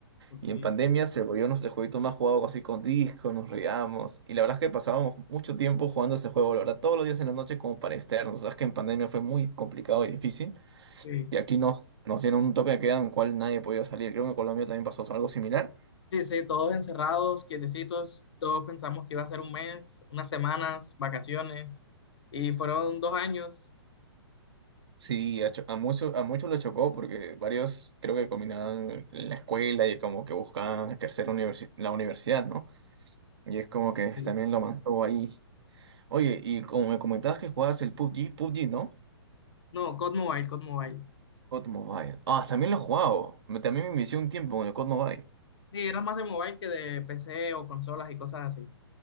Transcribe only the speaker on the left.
Ok,
sí.
Sí, sí, todos encerrados, quietecitos, todos pensamos que iba a ser un mes, unas semanas, vacaciones, y fueron dos años.
Sí.
No, COD Mobile, COD Mobile.
Sí, era más de mobile que de PC o consolas y cosas así.